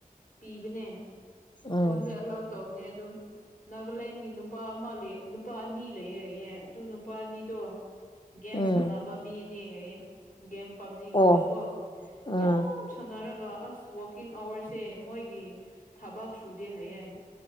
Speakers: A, on the left; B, on the left.
A: ꯄꯤꯕꯅꯦ
B: ꯎꯝ
A: ꯐꯣꯟꯁꯦ ꯑꯂꯥꯎꯠ ꯇꯧꯅꯦ ꯑꯗꯨ ꯅꯥꯒꯥꯂꯦꯟꯒꯤ ꯅꯨꯄꯥ ꯑꯃ ꯂꯩ ꯅꯨꯄꯥ ꯑꯅꯤ ꯂꯩꯌꯦꯌꯦ ꯑꯗꯨ ꯅꯨꯄꯥ ꯑꯅꯤꯗꯣ ꯒꯦꯝ
B: ꯎꯝ
A: ꯁꯥꯟꯅꯕ ꯃꯤ ꯏꯅꯦ ꯒꯦꯝ ꯄꯕꯖꯤꯒꯨꯝꯕ
B: ꯑꯣ
A: ꯀꯣ
B: ꯎꯝ
A: ꯌꯥꯝ ꯁꯥꯟꯅꯔꯒ ꯑꯁ ꯋꯥꯛꯀꯤꯡ ꯑꯋꯥꯔꯁꯦ ꯃꯣꯏꯒꯤ ꯊꯕꯛ ꯁꯨꯗꯦ ꯍꯥꯏꯌꯦ